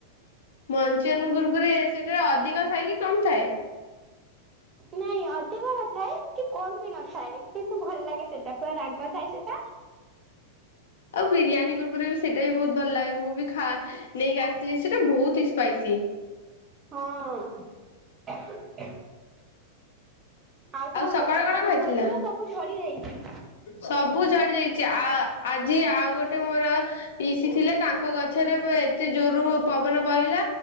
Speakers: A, on the left; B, on the right.
A: ମଞ୍ଚୁରନ ଗୁରୁରେ ସେଥିରେ ଅଧିକ ଥାଏ କି କମ ଥାଏ।
B: ନାଇଁ ଅଧିକ ନଥାଏ କମ ବି ନଥାଏ କିନ୍ତୁ ଭଲ ଲାଗେ ସେଟା ପୁରା ରାଗ ଥାଏ ସେଟା।
A: ଆଉ ବିରିୟାନୀ ଗୁରୁରେ ବି ସେଇଟା ବି ବହୁତ ଭଲ ଲାଗେ ମୁଁ ବି ଖା ନେଇକି ସେଟା ବହୁତ ହି ସ୍ପାଇସି।
B: ହଁ ହଁ। ଆଉ ତମ
A: ସକାଳେ
B: ଗଛରେ
A: କଣ
B: ଆମ୍ବ
A: ଖାଇଥିଲା?
B: ଅଛି ନା ସବୁ ଝଡି ଯାଇଛି।
A: ସବୁ ଝଡି ଯାଇଛି ଆ ଆଜି ଆଉ ଗୋଟେ ଗଟେ ମୋର ପିଇସି ଥିଲେ ତାଙ୍କ ଗଛରେ ଏତେ ଜୋର ପବନ ବହିଲା।